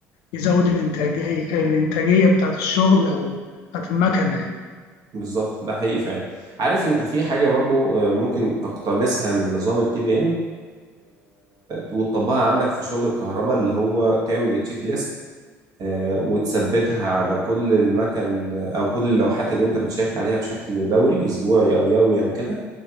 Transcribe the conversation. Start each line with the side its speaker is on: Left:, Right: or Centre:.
Left: يزود الانتاجيه الانتاجيه بتاعت الشغل او بتاعت المكنه يعني
Right: بالظبط ده حقيقي فعلا عارف انت في حاجه برضو آه، ممكن تقتبسها من نظام التي بي ام وتطبقها عندك في شغل الكهرباء اللي هو تعمل التشيك ليست آه، وتثبتها على كل المكن آه، او كل اللوحات اللي انت بتشيك عليها بشكل دوري اسبوعي او يومي او كده